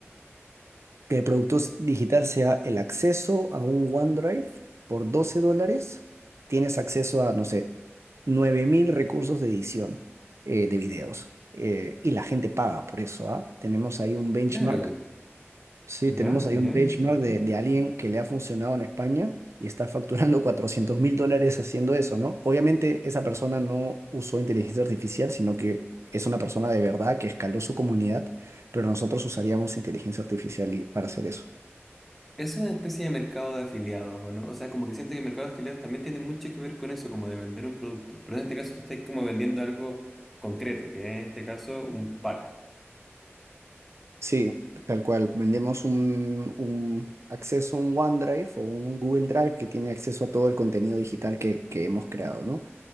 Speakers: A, on the right (about 75°); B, in the centre.
A: que el producto s- digital sea el acceso a un OneDrive por doce dólares, tienes acceso a, no sé, 9.000 recursos de edición eh, de videos. eh, y la gente paga por eso, ¿ah? Tenemos ahí un benchmark.
B: Claro.
A: Sí,
B: Ya,
A: tenemos ahí
B: ya,
A: un benchmark
B: interesante.
A: de, de alguien que le ha funcionado en España y está facturando <laughs> cuatrocientos mil dólares haciendo eso, ¿no? Obviamente esa persona no usó inteligencia artificial, sino que es una persona de verdad que escaló su comunidad, pero nosotros usaríamos inteligencia artificial y- para hacer eso.
B: Es una especie de mercado de afiliados, ¿o ¿no? O sea, como que siento que el mercado de afiliados también tiene mucho que ver con eso, como de vender un producto. Pero en este caso tú estás como vendiendo algo concreto, que es en este caso un pack.
A: Sí, tal cual. Vendemos un, un acceso a un OneDrive o un Google Drive que tiene acceso a todo el contenido digital que, que hemos creado, ¿no?